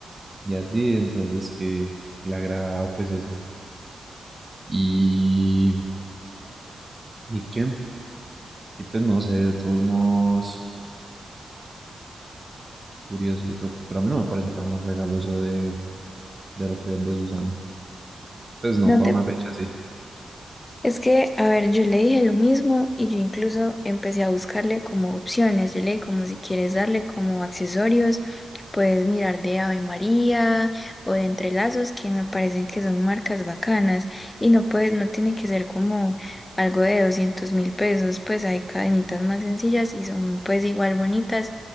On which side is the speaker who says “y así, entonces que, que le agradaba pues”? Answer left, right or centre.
Right